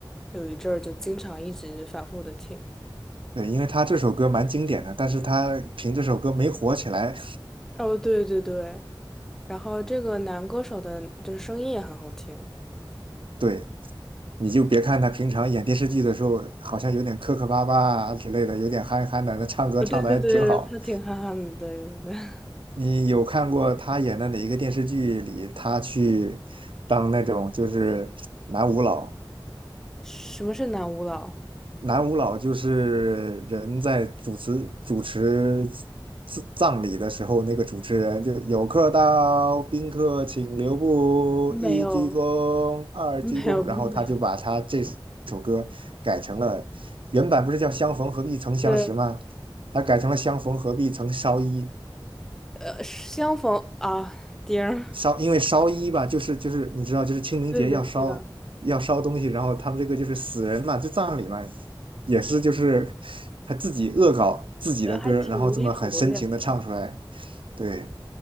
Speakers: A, in the centre; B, on the right (about 75°).
A: 有一阵儿就经常一直反复的听。
B: 对，因为他这首歌蛮经典的，但是他凭这首歌没火起来。
A: 哦，对对对，然后这个男歌手的就是声音也很好听。
B: <laughs> 对，你就别看他平常演电视剧的时候，好像有点磕磕巴巴啊之类的，有点憨憨的，那唱歌唱的还挺好。
A: 呃对对对，他挺憨憨的，对对对。<laughs>
B: 你有看过他演的哪一个电视剧里，他去当那种就是男舞佬，
A: 什么是男舞蹈？
B: 南无老就是人在主持主持葬葬礼的时候，那个主持人就有客到，宾客请留步，
A: 没有，
B: 一鞠躬，二鞠躬，
A: <laughs> 没有，不没有。
B: 然后他就把他这首歌改成了，原版不是叫相逢何必曾相识吗？
A: <laughs> 对
B: 他改成了相逢何必曾烧衣。
A: 呃，相逢啊，丁儿，
B: 烧，因为烧衣吧，就是就是你知道，就是清明节要烧要烧东西，
A: <laughs> 对对，知道，
B: 然后他们这个就是死人嘛，就葬礼嘛，也是就是他自己恶搞自己的歌儿然后这么很深情的唱出来。
A: 呃还挺无厘头的感觉。
B: 对